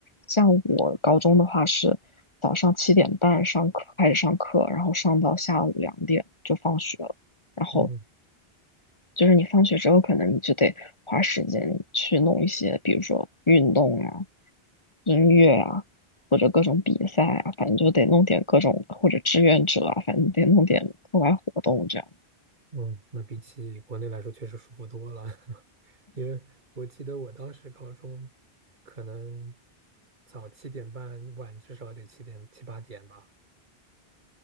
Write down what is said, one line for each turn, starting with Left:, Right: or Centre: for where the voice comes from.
Left: 像我高中的话是早上七点半上课开始上课，然后上到下午两点就放学了。然后
Right: 嗯
Left: 就是你放学之后，可能你就得花时间去弄一些，比如说运动啊、音乐啊，或者各种比赛啊，反正就得弄点各种或者志愿者啊，反正得弄点课外活动这样。
Right: 嗯，那比起国内来说，确实舒服多了。<laughs> 因为我记得我当时高中，可能早七点半，晚至少得七点七八点吧，